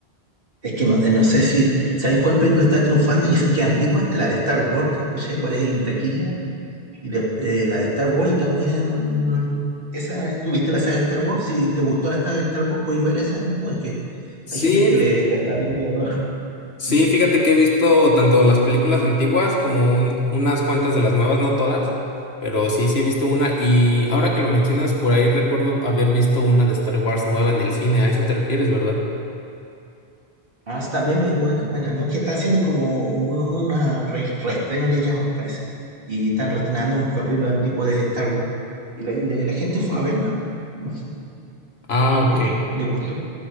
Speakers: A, on the right (about 60°); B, on the left (about 75°).
A: Es que no, eh, no sé si. ¿Sabéis cuál película está triunfando? Y eso que es antigua, la de Star Wars, yo escuché por ahí en taquilla. Y des- eh, la de Star Wars y también. Esa, ¿tú viste la saga de Star Wars? Si te gustó la saga de Star Wars, podéis ver esa, ¿no? Porque
B: Sí.
A: hay gente que le, la está viendo de nuevo.
B: Sí,
A: ¿no?
B: fíjate que he visto tanto las películas antiguas como un- unas cuantas de las nuevas, no todas, pero sí, sí he visto una. Y ahora que lo mencionas, por ahí recuerdo haber visto una de Star Wars nueva en el cine. A eso te refieres, ¿verdad?
A: Ah, sí, también es buena, buena. No, es que están haciendo como un, una re- reestreno, le llaman, parece. Y están reestrenando unos capítulos antiguos de Star Wars. Y la, y la- la gente fue a verla. No sé,
B: Ah, ok.
A: eh, le gustó.